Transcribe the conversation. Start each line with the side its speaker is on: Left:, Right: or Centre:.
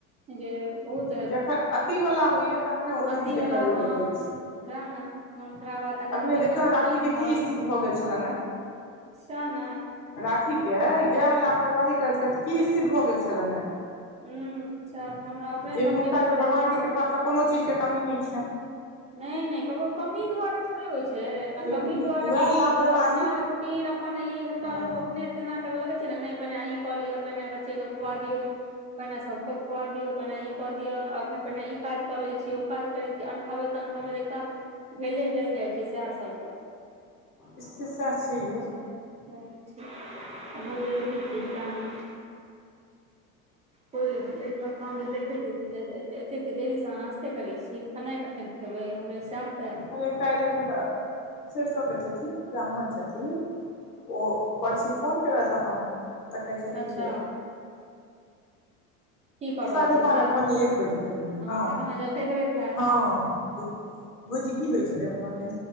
Right: जे बहुत
Left: जखन अथी वला होइया तखने ओ चीज
Right: अथि
Left: के
Right: वला
Left: करै
Right: ह।
Left: लए जाइ छी
Right: रह ने, मोन खराब होत तखनि
Left: अखने
Right: बिछन
Left: देखियौ ने राखी
Right: नहि उठब
Left: के की स्थिति भऽ गेल छल ने
Right: सएह ने
Left: राखी के इएह लापरवाही करैत करैत कि स्थित भऽ गेल छलनि ह
Right: हू, सँ हमरा अपने
Left: जे
Right: सब
Left: हुनका
Right: बिगड़ैत
Left: तऽ
Right: रहैया
Left: भगवान के
Right: सब
Left: कृपासँ कोनो चीज के कमी नहि छैन
Right: नहि नहि ककरो कमी द्वारा थोड़े होइत छै, ने
Left: लेकिन
Right: कमी द्वारा
Left: उएह
Right: किछो
Left: लापरवाही
Right: नहि होइ छै। अपना रूटीन अपन इ सभटा
Left: हँ
Right: लो अपने एना करऽ लगै छै, ने नहि पहिने अही कऽ लियअ पहिने बच्चे के खुआ दियौ पहिने सभके पकआ दियौ पहिने ई कऽ दियौ पहिने ई काज कऽ लैत छै ओ काज करैत छी। तान, खाब एकटा। भेले जल जाइ छै सएह सभ
Left: स्थित सएह छैहे
Right: दुरेचा बहुत जरूरी छै, साना। कोठ देखैत एतेक देरीसँ नास्ते करैत छै खेनाइ फेन खेबे हमर साथ।
Left: अरे कायले कूटा। सरिसो के छथिन ब्राह्मण छथिन ओ परसू फोन केलखिन हमरा। तऽ कहे छथिन
Right: अच्छा
Left: से हमरा कि जे
Right: की कऽ रहल
Left: साढ़े
Right: छी से
Left: बारह पौनिय एक बजे करी ने हँ
Right: तखन अहाँ जलखै करैत हैब
Left: हँ भाउजी होइ छलै